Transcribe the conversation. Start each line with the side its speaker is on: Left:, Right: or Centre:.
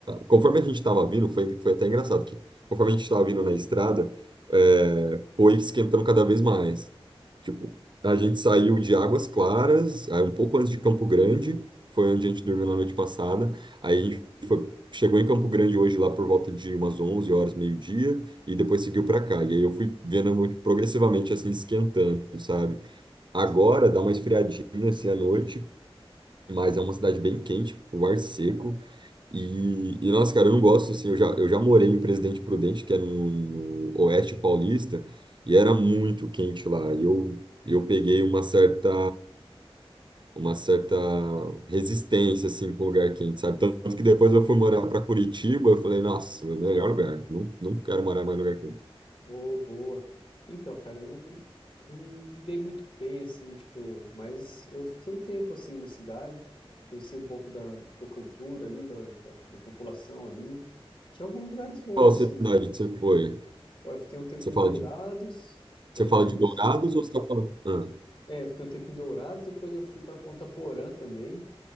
Right: conforme a gente estava vindo, foi, foi até engraçado que conforme a gente estava vindo na estrada, é, foi esquentando cada vez mais. Tipo, a gente saiu de Águas Claras, aí um pouco antes de Campo Grande, foi onde a gente dormiu na noite passada. Aí a gente foi, chegou em Campo Grande hoje lá por volta de umas 11 horas, meio-dia, e depois seguiu para cá. E aí eu fui vendo progressivamente assim esquentando, sabe? Agora
Left: Sim.
Right: dá uma esfriadinha assim à noite, mas é uma cidade bem quente, o ar seco. E, e, nossa, cara, eu não gosto, assim, eu já, eu já morei em Presidente Prudente, que é no, no Oeste Paulista, e era muito quente lá, e eu, eu peguei uma certa, uma certa resistência, assim, com o lugar quente, sabe? Tanto que depois eu fui morar para Curitiba, eu falei, nossa, melhor lugar, não, não quero morar mais em lugar quente.
Left: Ô, boa. Então, cara, eu não, não me dei muito bem, assim, tipo, mas eu fiquei um tempo, assim, na cidade, conheci um pouco da, da cultura ali, da, da, da população ali. Tinha alguns lugares bons,
Right: Qual
Left: assim.
Right: cidade que você foi?
Left: Ó, eu fiquei um tempo
Right: Você
Left: em
Right: fala
Left: Dourados,
Right: de,
Left: daí
Right: você fala
Left: depois.
Right: de Dourados ou você tá falando... Ah,
Left: É, eu fiquei um tempo em Dourados, depois eu fui pra Ponta Porã também.